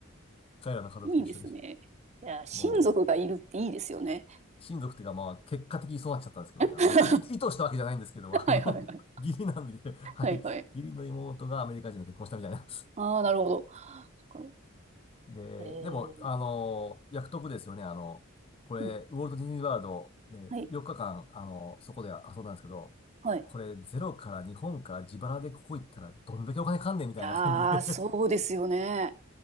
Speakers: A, on the left; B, on the right.
A: <laughs> 彼らの家族と一緒に。
B: いいですね。いや、親族がいるっていいですよね。
A: もう、親族っていうか、まあ、結果的にそうなっちゃったんですけどね。
B: <laughs>
A: あの別に意図したわけじゃないんですけど、もあの、
B: はいはいはい。
A: <laughs> 義理なんでね、はい。
B: はいはい。
A: 義理の妹がアメリカ人と結婚したみたいな。
B: ああ、なるほど。そっか
A: で、
B: えー、
A: でも、あの、約束ですよね。あの、これ、
B: うん。
A: ウォルト・ディズニー・ワールド、え4日間、
B: はい。
A: あの、そこで遊んだんですけど、
B: はい。い
A: これ、ゼロから日本から自腹でここ行ったら、どんだけお金かんねんみたいな感じで
B: やー、
A: <laughs> そ
B: そうですよね。